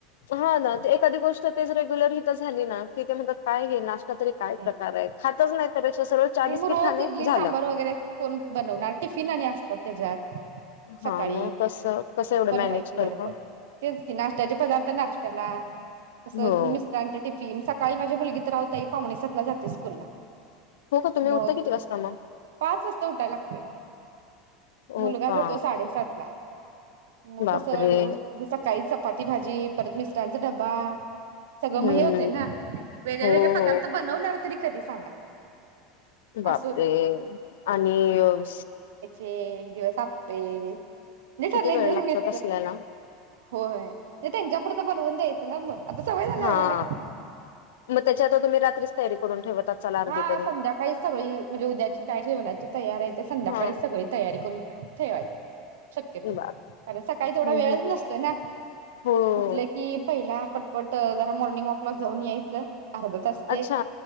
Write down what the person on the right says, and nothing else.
काही
नाही.
नाही
मग रोज
इडली
सांबर वगैरे कोण बनवणार टिफिन आणि असतात त्याच्यात.
सकाळी,
बनवायचे
गडबड तेच कि नाशट्याचे पदार्थ नाशट्याला. अस
मिस्टरांचे टिफिन स ताई माझी मुलगी तर आओ ताई पावणेसातला जाते स्कूल ला.
मग
पाच वाजता उठायला लागतय.
मुलगा
जातो साडेसात ला मग
कसं सकाळी चपाती भाजी परत मिस्टरांचा डबा सगळं
मग हे होते ना वेगळे
वेगळे
पदार्थ
बनवणार
तरी कधी सांगा?
असं होते
ते एक दिवस आप्पे नाही ठरलं
एक दिवस
मिच
होय त्यांच्यापुरतं बनवून द्यायचं. न मग आता सवय झाली
आम्हाला.
हा
संध्याकाळी सगळी म्हणजे उद्याची काय जेवणाची तयारी हाय ते संध्याकाळी
सगळी तयारी करून ठेवायचं शक्यतो
कारण सकाळी तेवढा
वेळच
नसतोय ना
उठले की पहिला पटपट जरा मॉर्निंग वॉकला जाऊन यायच. अर्धच असतय.